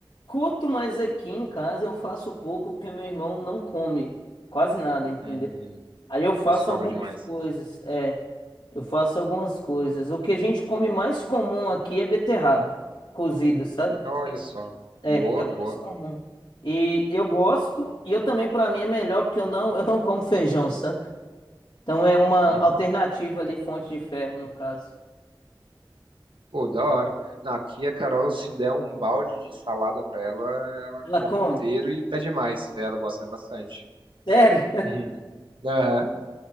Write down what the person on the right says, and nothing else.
Hum,
daí sobra
demais.
Olha só.
Boa,
boa.
Uhum.
Pô, da hora. Não, aqui a Carol, se der um balde de salada pra ela, ela
come
inteiro e pede mais. Ela gosta bastante. <laughs>
Uhum. Aham,